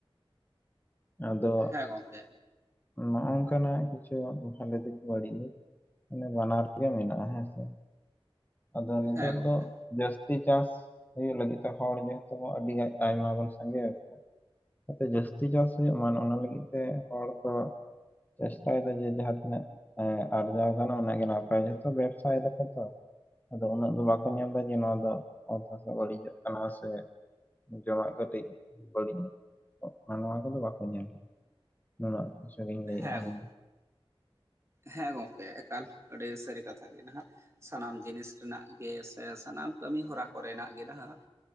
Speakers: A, on the left (about 20°); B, on the right (about 30°).
A: ᱟᱫᱚ
B: ᱦᱮᱸ ᱜᱚᱝᱠᱮ
A: ᱱᱚᱜ ᱱᱚᱠᱟᱱᱟᱜ ᱠᱤᱪᱷᱩ ᱵᱷᱟᱞᱮ ᱫᱤᱠ ᱵᱟᱹᱲᱤᱡ ᱫᱤᱠ ᱢᱟᱱᱮ ᱵᱟᱱᱟᱨ ᱜᱮ ᱢᱮᱱᱟᱜᱼᱟ ᱦᱮᱸ ᱥᱮ ᱟᱫᱚ ᱱᱤᱛᱟᱹᱜ
B: ᱦᱮᱸ ᱜᱚᱝᱠᱮ
A: ᱫᱚ ᱡᱟᱹᱥᱛᱤ ᱪᱟᱥ ᱦᱩᱭᱩᱜ ᱞᱟᱹᱜᱤᱫ ᱛᱮ ᱦᱚᱲ ᱡᱮᱦᱮᱛᱩ ᱟᱹᱰᱤ ᱟᱭᱢᱟ ᱵᱚᱱ ᱥᱟᱸᱜᱮ ᱟᱠᱟᱱᱟ ᱡᱟᱛᱮ ᱡᱟᱹᱥᱛᱤ ᱪᱟᱥ ᱦᱩᱭᱩᱜ ᱢᱟ ᱚᱱᱟ ᱞᱟᱹᱜᱤᱫ ᱛᱮ ᱦᱚᱲ ᱠᱚ ᱪᱮᱥᱴᱟ ᱭᱮᱫᱟ ᱡᱮ ᱡᱟᱦᱟᱸ ᱛᱤᱱᱟᱹᱜ ᱦᱮᱸ ᱟᱨᱡᱟᱣ ᱠᱟᱱᱟ ᱚᱱᱟᱜᱮ ᱱᱟᱯᱟᱭ ᱡᱚᱛᱚ ᱵᱮᱵᱥᱟᱭ ᱫᱟᱠᱚ ᱛᱚ ᱟᱫᱚ ᱩᱱᱟᱹᱜ ᱫᱚ ᱵᱟᱠᱚ ᱧᱮᱞ ᱮᱫᱟ ᱡᱮ ᱱᱚᱣᱟ ᱫᱚ ᱚᱛ ᱦᱟᱥᱟ ᱵᱟᱹᱲᱤᱡᱚᱜ ᱠᱟᱱᱟ ᱥᱮ ᱡᱚᱢᱟᱜ ᱠᱟᱹᱴᱤᱡ ᱵᱟᱹᱲᱤᱡ ᱱᱚᱣᱟ <inaudible> ᱫᱚ ᱵᱟᱠᱚ ᱧᱮᱞ ᱱ ᱨᱮᱱᱟᱜᱤᱥᱤᱧ ᱞᱟᱹᱭᱮᱫᱼᱟ
B: ᱦᱮᱸ ᱜᱚᱝᱠᱮ
A: ᱤ
B: ᱦᱮᱸ ᱜᱚᱢᱠᱮ ᱮᱠᱟᱞ ᱟᱹᱰᱤ ᱥᱟᱹᱨᱤ ᱠᱟᱛᱷᱟ ᱜᱮ ᱱᱟᱦᱟᱜ ᱥᱟᱱᱟᱢ ᱡᱤᱱᱤᱥ ᱨᱮᱱᱟᱜ ᱜᱮ ᱥᱮ ᱥᱟᱱᱟᱢ ᱠᱟᱹᱢᱤ ᱦᱚᱨᱟ ᱠᱚᱨᱮᱱᱟᱜ ᱜᱮ ᱱᱟᱦᱟᱜ